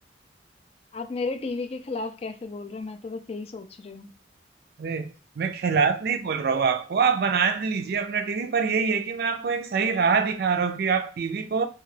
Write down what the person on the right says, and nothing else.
अरे मैं खिलाफ नहीं बोल रहा हूँ आपको आप बना लीजिए अपना टीवी पर यही है कि मैं आपको एक सही राह दिखा रहा हूँ कि आप टीवी को